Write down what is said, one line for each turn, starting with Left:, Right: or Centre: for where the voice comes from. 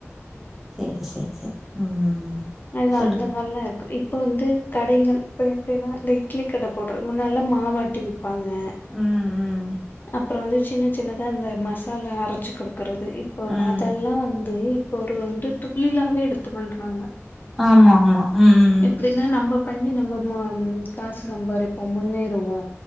Centre: சேரி சேரி சேரி ம்
Left: அதா
Centre: சொல்லுங்க
Left: அந்த மார்ல்லா இருக்கு இப்பு வந்து கடைங்க அல் இப்ப எப்டினா ட இட்லி கட போட்று முன்னல்லா மாவ் ஆட்டி விப் ப்பாங்க
Centre: ம் ம்
Left: அப்றோ வந்து சின்ன சின்னதா இந்த மசாலா அரச்சு குடுக் குறது இப்பு
Centre: ம்
Left: அதல்லா வந்து இப்பொரு வந்து துள்ளில்லாவே எடு த்து பண்றாங்க
Centre: ஆமா ஆமா ம்
Left: எப்டின்னா நம்ம பண்ணி நம்ப ம காசு சம்பாரிப்போ முன்னேறுவோ